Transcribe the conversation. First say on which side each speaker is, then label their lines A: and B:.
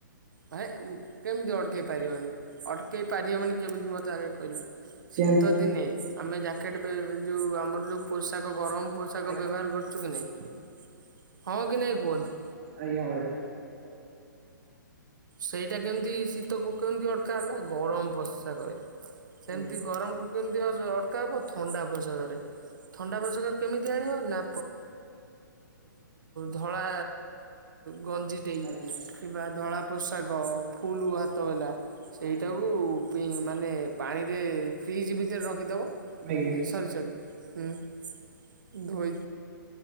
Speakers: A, on the right (about 65°); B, on the right (about 40°).
A: ଭାଇ କେମିତି ଅଟକେଇ ପାରିବନି ଅଟକେଇ ପାରିବନି କେମିତି ମୋତେ ଆଗେ କହିଲ
B: କେମିତି
A: ଶୀତ ଦିନେ ଆମେ ଜ୍ୟାକେଟ ବେ ଯେଉଁ ଆମର ଯେଉଁ ପୋଷାକ ଗରମ ପୋଷାକ
B: ଆଜ୍ଞା
A: ବ୍ୟବହାର କରୁଚୁ କି ନାହିଁ ହଁ କି ନାହିଁ କୁହନ୍ତୁ?
B: ଆଜ୍ଞା ବଡ଼ ଭାଇ
A: ସେଇଟା କେମିତି ଶୀତକୁ କେମିତି ଅଟକା ହେଲା ଗରମ ପୋଷାକ ରେ ସେମିତି
B: ଆଜ୍ଞା
A: ଗରମକୁ କେମିତି ଅଡକା ହବ ଥଣ୍ଡା ପୋଷାକରେ ଥଣ୍ଡା ପୋଶକ କେମିତି ଆଣିବ ନା ଧଳା ଗଞ୍ଜିଟେଇ
B: ଆଜ୍ଞା
A: କିମ୍ବା ଧଳା ପୋଷାକ ଫୁଲୁ ହାତ ବଲା। ସେଇଟାକୁ
B: ଆଜ୍ଞା
A: ମାନେ ପାଣିରେ ଫ୍ରିଜ୍ ଭିତରେ ରଖିଦବ
B: ଆଜ୍ଞା
A: ଯେ
B: ଆଜ୍ଞା।
A: ସରି ସରି ହୁଁ ଧୋଇ